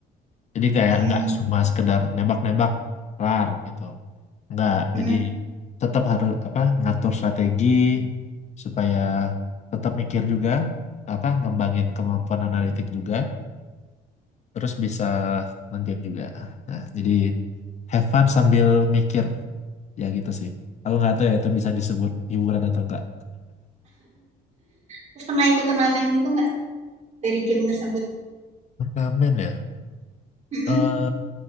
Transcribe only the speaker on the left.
Jadi kayak
nggak
cuma sekedar nembak-nembak kelar gitu. Nggak.
Jadi tetap harus apa ngatur strategi supaya tetap mikir juga apa ngembangin kemampuan analitik juga terus bisa nge-game juga. Nah, jadi have fun sambil mikir ya gitu sih. Aku nggak tahu ya itu bisa disebut hiburan atau enggak.
Turnamen ya.
eh